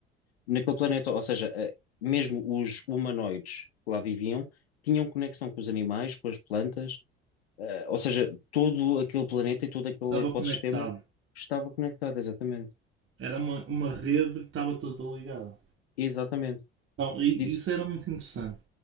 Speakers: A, on the left; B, on the right.
A: naquele planeta. Ou seja, eh, mesmo os humanoides que lá viviam tinham conexão com os animais, com as plantas, eh, ou seja, todo aquele planeta e todo aquele
B: Estava
A: ecossistema
B: conectado.
A: estava conectado, exatamente.
B: Era uma, uma rede que estava toda ligada.
A: Exatamente.
B: então e
A: Isso.
B: isso era muito interessante.